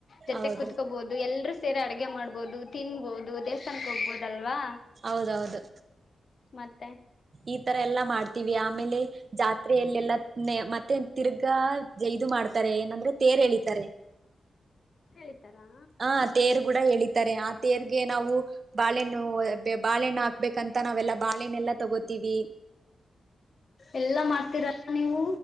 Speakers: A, on the left; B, on the right.
A: ಜೊತೆಗ
B: ಹೌದ್ರಿ
A: ಕೂತ್ಕೊಬೋದು ಎಲ್ರು ಅಡುಗೆ ಮಾಡಬಹುದು, ತಿಂಬೋದು, ದೇವಸ್ಥಾನದಳಕ್ಕೆ ಹೋಗಬಹುದು ಅಲ್ಲವಾ.
B: ಹೌದು, ಹೌದು
A: ಮತ್ತೆ
B: ಈ ತರ ಎಲ್ಲ ಮಾಡ <unintelligible> ಜಾತ್ರೆಯಲ್ಲೆಲ್ಲ ಚಿಂತನೆ ಮ್ತ <unintelligible> ಇದು ಮಾಡ್ತಾರೆ, ಏನು ಅದು? ತೇರು ಎಳಿಯ್ತಾರೆ.
A: ಹೇಳಿತಾರಾ
B: ಆ ತೇರು ಕೂಡ ಎಳಿ ತೇರಿಗೆ ನಾವು ಬಾಳೆಹಣ್ಣು ಣ್ಣೂ ಬಾಲೆನಾಕ್ಪಿಕಂತ ನಾವೆಲ್ಲ ಬಾಲೆನೆಲ್ಲ ತಗೊತ್ತಿವಿ
A: ಎಲ್ಲಾ ಮಾಡ್ತೀರಲ್ಲಾ ನೀವು?